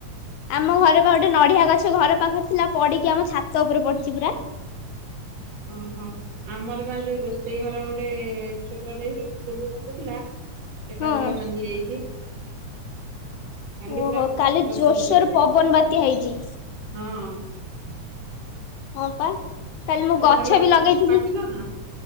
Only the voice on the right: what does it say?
ଉଁହଁୁ ଆମର ବା ଯୋଉ ରୋଷେଇ ଘର ଗୋଟେ ଛୋଟଟେ ହେଇକି ଚୁଲି ରହୁଥିଲା ସେଟା
ପୁରା ଭାଙ୍ଗି ଯାଇଛି। କାଲି
ପୁରା ବର୍ଷା
ପବନ
ଜୋରରେ
ହଁ
ସେ
ନଡିଆ
କାଟିଲ ନା